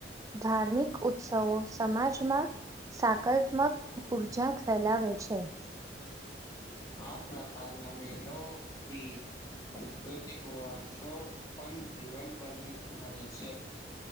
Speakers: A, on the right (about 20°); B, on the left (about 20°).
A: ધાર્મિક ઉત્સવો સમાજમાં સાકારત્મક ઉર્જા ફેલાવે છે.
B: આ પ્રકારના મેળો થી સાંસ્કૃતિક વર્ષ પણ જીવંત બની રહે છે.